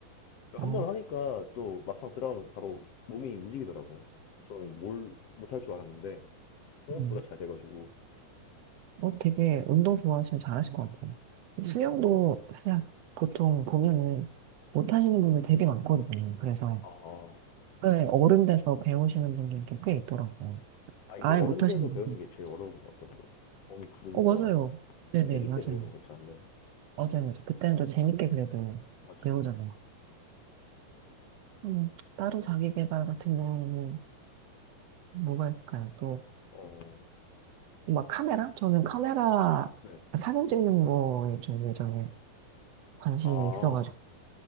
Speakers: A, on the left (about 60°); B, on the right (about 90°).
A: 한
B: 아,
A: 번 하니까 또 막상 들어가면 바로 몸이 움직이더라고요. 저는 뭘 못할 줄 알았는데 생각보다
B: 음.
A: 잘 돼가지고
B: 어, 되게 운동 좋아하시면 잘하실 것 같아요. 수영도 사실
A: 네.
B: 보통 보면은 못 하시는 분들 되게 많거든요. 그래서
A: 아,
B: 네, 어른 돼서 배우시는 분들도 꽤 있더라고요.
A: 아 이제
B: 아예
A: 어른
B: 못 하시는
A: 돼서 배우는
B: 분들.
A: 게 제일 어려운 것 같더라고요. 몸이 굳으니까
B: 어, 맞아요. 네네,
A: 네, 아기
B: 맞아요.
A: 때 배우면 괜찮은데
B: 맞아요. 맞아요. 그때는 또 재밌게 그래도
A: 맞죠?
B: 배우잖아요. 음, 따로 자기 개발 같은 경우는 뭐가 있을까요? 또,
A: 어,
B: 막 카메라? 저는 카메라
A: 네.
B: 사진 찍는 거에 좀 예전에 관심이
A: 아
B: 있어가지고,